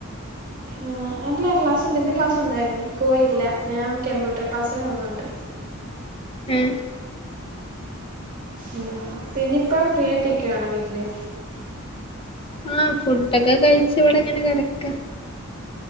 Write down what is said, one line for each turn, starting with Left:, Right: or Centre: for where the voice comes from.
Right: ഉ അല്ല ക്ലാസുണ്ട് ഇന്ന് ക്ലാസ് ഉണ്ടായിരുന്നു പോയില്ല. ഞാൻ കമ്പ്യൂട്ടർ ക്ലാസ്സിൻ പോന്നൊണ്ട്. <inaudible>
Left: ഉം.
Right: ഉ പിന്നിപ്പ ഫ്രീ ആയിട്ടിക്കുവാണോ വീട്ടില്?
Left: ആഹ് ഫുഡ്‌ ഒക്കെ കയിച്ച് ഇവിടെ ങ്ങനെ കിടക്കാ.